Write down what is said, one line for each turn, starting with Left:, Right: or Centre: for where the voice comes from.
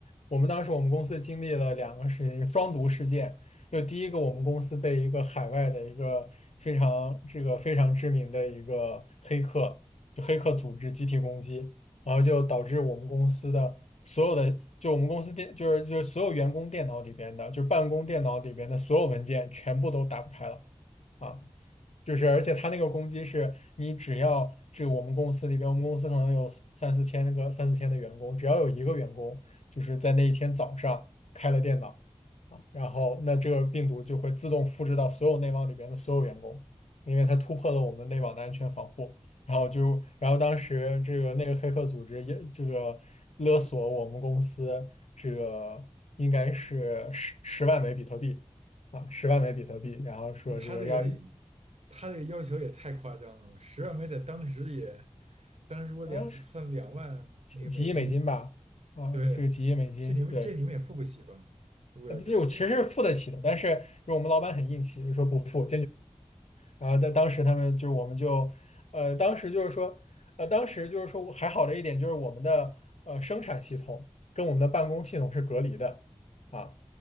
Left: 我们当时我们公司经历了两个事情，一个双毒事件。就第一个，我们公司被一个海外的一个非常这个非常知名的一个黑客，就黑客组织集体攻击，然后就导致我们公司的所有的，就我们公司电，就是就是所有员工电脑里边的，就办公电脑里边的所有文件全部都打不开了。啊。就是而且他那个攻击是你只要这我们公司里边，我们公司可能有三四千个三四千的员工，只要有一个员工就是在那一天早上开了电脑啊，然后那这个病毒就会自动复制到所有内网里边的所有员工，因为它突破了我们内网的安全防护。然后就，然后当时这个那个黑客组织也这个勒索我们公司这个应该是十十万枚比特币啊，十万枚比特币，然后说这个要。
Right: 那他这个他这个要求也太夸张了，我十万美在当时也，当时我两算两万那个美金，
Left: 呃几亿美金吧，啊，
Right: 对，
Left: 这个几亿美金，
Right: 这你们这你们也付不起吧？
Left: 对，
Right: 如果要真付的话。
Left: 呃这我其实是付得起的，但是就我们老板很硬气，就说不付。然后在当时他们就是我们就，呃，当时就是说，呃，当时就是说还好的一点就是我们的呃生产系统跟我们的办公系统是隔离的啊，